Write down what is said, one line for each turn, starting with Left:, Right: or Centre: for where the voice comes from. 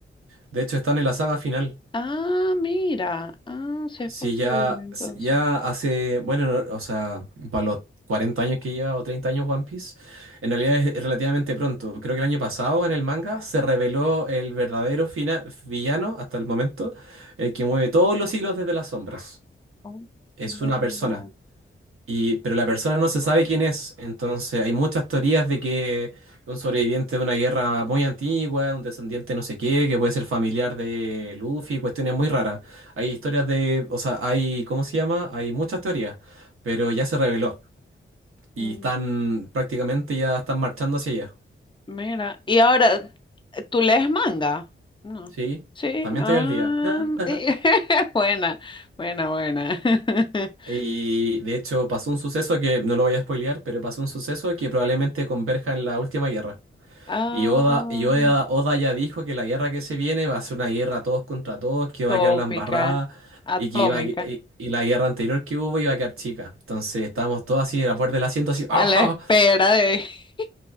Right: De hecho, están en la saga final.
Left: Ah, mira. Ah, sí es
Right: Sí,
Left: posible,
Right: ya,
Left: entonces.
Right: sí, ya hace, bueno, no, o sea, para los 40 años que lleva o 30 años One Piece, en realidad es es relativamente pronto. Creo que el año pasado en el manga se reveló el verdadero fina- villano hasta el momento, el que mueve todos los hilos desde las sombras.
Left: Oh,
Right: Es
Left: mira,
Right: una
Left: mira.
Right: persona. Y, pero la persona no se sabe quién es, entonces hay muchas teorías de que un sobreviviente de una guerra muy antigua, un descendiente no sé qué, que puede ser familiar de Luffy, cuestiones muy raras. Hay historias de, o sea, hay, ¿cómo se llama? Hay muchas teorías, pero ya se reveló y
Left: mm,
Right: están prácticamente ya están marchando hacia allá,
Left: Mira. Y ahora, ¿tú lees manga? No.
Right: ¿sí?
Left: Sí.
Right: También
Left: Ah,
Right: estoy al día. <laughs>
Left: <laughs> buena, buena, buena. <laughs>
Right: Y de hecho pasó un suceso que, no lo voy a spoilear, pero pasó un suceso que probablemente converja en la última guerra.
Left: Ah,
Right: Y Oda, y Oda, Oda ya dijo que la guerra que se viene va a ser una guerra todos contra todos, que
Left: tópica,
Right: va a quedar la embarrada
Left: atómica,
Right: y que iba a y, y la guerra anterior que hubo iba a quedar chica. Entonces estábamos todos así en la puerta del asiento, así,
Left: a
Right: ¡ajá!
Left: la espera de... <laughs>